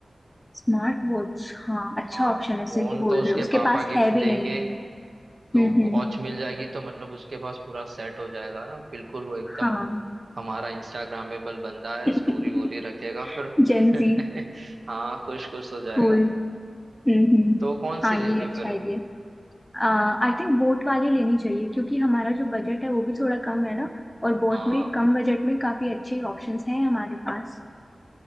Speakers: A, on the left; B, on the right.
A: Smart watch हाँ अच्छा
B: हाँ
A: ऑप्शन
B: फोन
A: है सही बोल
B: तो उसके
A: रहे हो उसके
B: पापा
A: पास
B: गिफ्ट
A: है
B: देंगे
A: भी नहीं
B: ही, तो
A: हम्म हम्म
B: वॉच मिल जाएगी तो मतलब उसके पास पूरा सेट हो जाएगा ना बिल्कुल वो एकदम
A: हाँ
B: हमारा इंस्टाग्रामेबल बंदा है
A: <laughs>
B: स्टोरी वोरी रखेगा फिर
A: जेंजी
B: <laughs> हाँ खुश खुश हो जाएगा
A: कूल हम्म हम्म,
B: तो कौन
A: हाँ
B: सी लेंगे
A: ये अच्छा
B: फिर
A: आइडिया आई थिंक बोट वाली लेनी चाहिए क्योंकि हमारा जो बजट है वो भी थोड़ा कम है ना और बोट
B: हाँ
A: में कम बजट में काफी अच्छे ऑप्शंस हैं हमारे पास